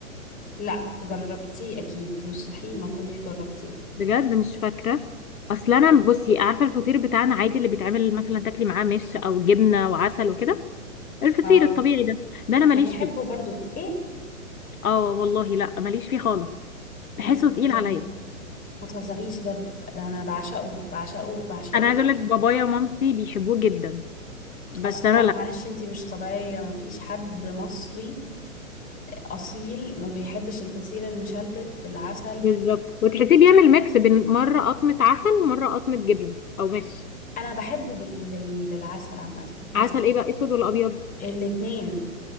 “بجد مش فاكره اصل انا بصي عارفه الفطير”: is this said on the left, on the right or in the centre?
Left